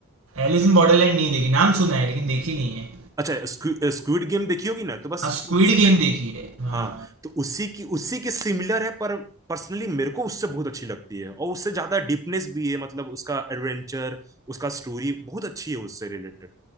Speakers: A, on the right (about 60°); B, on the right (about 15°).
A: एलिस इन बॉर्डरलैंड नहीं देखी नाम सुना है लेकिन देखी नहीं है
B: अच्छा स्क्विड स्क्विड गेम देखी होगी ना तो बस
A: हाँ स्क्विड
B: उसी
A: गेम
B: का
A: देखी है हाँ
B: हाँ तो उसी की उसी के सिमिलर है पर पर्सनली मेरे को उससे बहुत अच्छी लगती है और उससे ज्यादा डीपनेस भी है मतलब उसका एडवेंचर उसका स्टोरी बहुत अच्छी है उससे रिलेटेड